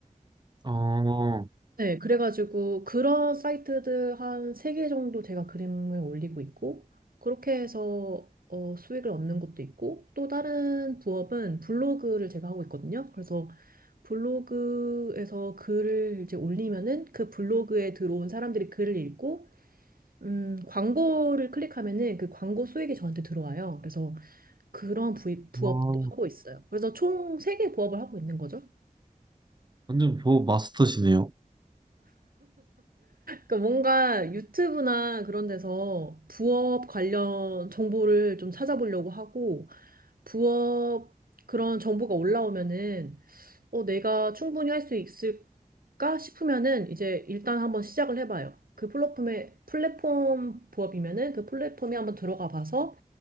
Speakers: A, on the right (about 30°); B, on the right (about 85°).
A: 어,
B: 네, 그래가지고 그런 사이트들 한 세 개 정도 제가 그림을 올리고 있고 그렇게 해서 어, 수익을 얻는 것도 있고 또 다른 부업은 블로그를 제가 하고 있거든요. 그래서 블로그에서 글을 이제 올리면은 그 블로그에 들어온 사람들이 글을 읽고 음, 광고를 클릭하면은 그 광고 수익이 저한테 들어와요. 그래서 그런 부, 부업도
A: 어,
B: 하고 있어요. 그래서 총 세 개 부업을 하고 있는 거죠.
A: 완전 부업 마스터시네요.
B: 그러니까 뭔가 유튜브나 그런 데서 부업 관련 정보를 좀 찾아보려고 하고, 부업 그런 정보가 올라오면은, 어, 내가 충분히 할 수 있을까 싶으면은, 이제 일단 한번 시작을 해봐요. 그 플랫폼에, 플랫폼 부업이면은 그 플랫폼에 한번 들어가 봐서